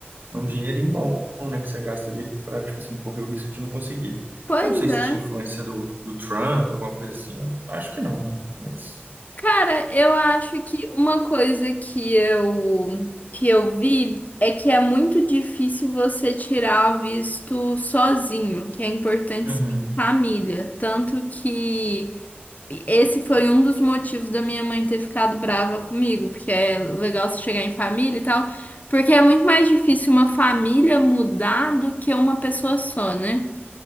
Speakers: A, on the right; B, on the left.
A: É um dinheirinho bom, né, que você gasta ali pra, tipo assim, correr o risco de não conseguir.
B: Pois
A: Eu não sei se
B: é.
A: tinha influência do, do Trump, alguma coisa assim. Eu acho que não, né? Mas.
B: Cara, eu acho que uma coisa que eu que eu vi é que é muito difícil você tirar o visto sozinho, que é importante
A: Uhum.
B: ser em família. Tanto que esse foi um dos motivos da minha mãe ter ficado brava comigo, porque é legal você chegar em família e tal, porque é muito mais difícil uma família mudar do que uma pessoa só, né?